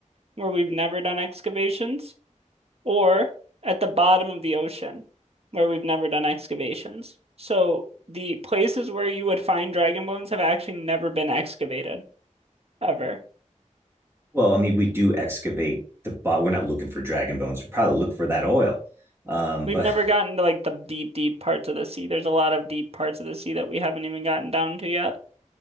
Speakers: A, on the right (about 50°); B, on the right (about 20°).
A: where we've never done excavations, or at the bottom of the ocean, where we've never done excavations. So the places where you would find dragon bones have actually never been excavated, ever.
B: Well, I mean, we do excavate the bot. We're not looking for dragon bones. We probably look for that oil. Um,
A: We've
B: but
A: never
B: <laughs>
A: gotten to like the deep, deep parts of the sea. There's a lot of deep parts of the sea that we haven't even gotten down to yet.